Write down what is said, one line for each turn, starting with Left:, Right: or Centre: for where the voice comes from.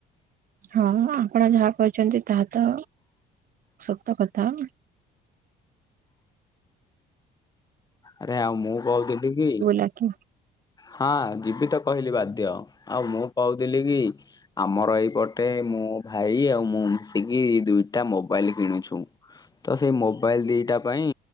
Right: ହଁ, ଆପଣ ଯାହା କହିଛନ୍ତି ତାହା ତ ସତ କଥା।
Left: ଆରେ ଆଉ ମୁଁ କହୁଥିଲି କି
Right: ଆଜ୍ଞା।
Left: ହଁ, ଯିବି ତ କହିଲି ବାଧ୍ୟ, ଆଉ ମୁଁ କହୁଥିଲି କି ଆମର ଏଇପଟେ ମୋ ଭାଇ ଆଉ ମୁଁ ମିଶିକି ଦୁଇଟା ମୋବାଇଲ କିଣୁଛୁ। ତ ସେଇ ମୋବାଇଲ ଦିଇଟା ପାଇଁ